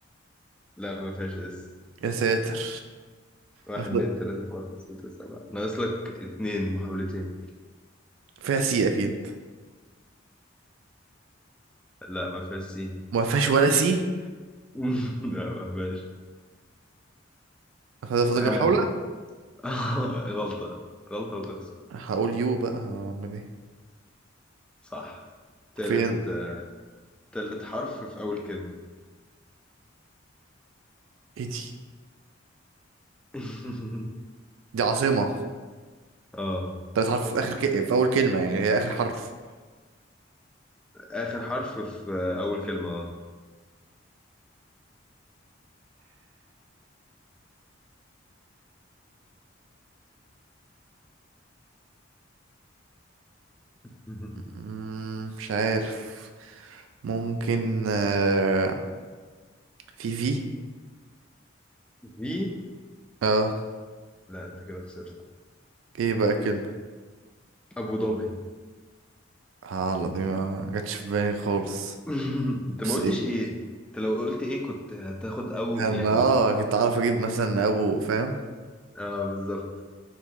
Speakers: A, in the centre; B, on the right.
A: لا ما فيهاش اس
B: يا ساتر
A: واحد
B: مف-
A: اتنين تلاتة أربعة خمسة ستة سبعة ناقص لك اتنين محاولتين
B: فيها سي اكيد
A: لا ما فيهاش سين
B: ما فيهاش ولا سي
A: <laughs> لا ما فيهاش
B: فده فاضل
A: ها
B: لي محاولة
A: <laughs> غلطة غلطة وتخسر
B: هقول يو بقى هعمل ايه
A: صح تالت
B: فين
A: تالت حرف في أول كلمة
B: ايه دي
A: <laughs>
B: دي عاصمة
A: اه
B: تلات حرف في اخر ك... في اول كلمة يعني هي اخر حرف
A: آخر حرف في أول كلمة اه <laughs>
B: مم، مش عارف ممكن آه، في في
A: في
B: اه
A: لا أنت كده خسرت
B: ايه بقى كلمة
A: أبو ظبي
B: اه لا دي ما جاتش في بالي خالص
A: <laughs> انت
B: بس
A: ما قلتش
B: إيه،
A: ايه انت لو قلت ايه كنت هتاخد او
B: كان
A: يعني
B: اه كنت اعرف اجيب مثلا ابو فاهم
A: اه بالظبط